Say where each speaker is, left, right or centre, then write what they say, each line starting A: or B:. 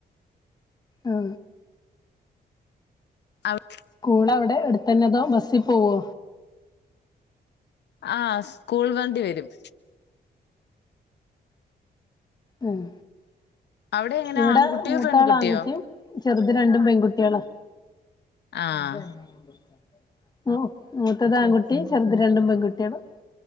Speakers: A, on the left (about 25°); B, on the left (about 80°).
A: ആ
B: അവർക്
A: സ്കൂൾ എവിടെ അടുത്തന്നെതോ ബസ്സിപോവോ
B: ആആ സ്കൂൾ വണ്ടി വരും
A: ഉം
B: അവിടെ എങ്ങനെ
A: ഇവിടെ
B: ആൺകുട്ടിയോ
A: മൂത്താളാൺകുട്ടിയും
B: പെൺകുട്ടിയോ
A: ചെറുത് രണ്ടും പെ കുട്ട്യള
B: ആഹ്
A: അതന്നെയാ ഉം മൂത്തത് ആൺകുട്ടിയും ചെറുത് രണ്ടും പെൺകുട്ടികളും